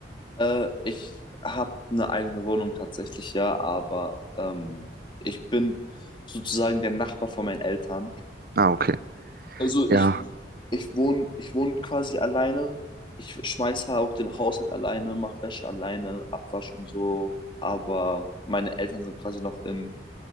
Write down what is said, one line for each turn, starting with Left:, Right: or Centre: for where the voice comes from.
Left: Äh, ich habe eine eigene Wohnung tatsächlich, ja, aber ähm, ich bin sozusagen der Nachbar von meinen Eltern.
Right: Ah, okay.
Left: Also
Right: Ja,
Left: ich, ich wohne, ich wohne quasi alleine. Ich schmeiße auch den Haushalt alleine, mache Wäsche alleine, Abwasch und so. Aber meine Eltern sind quasi noch in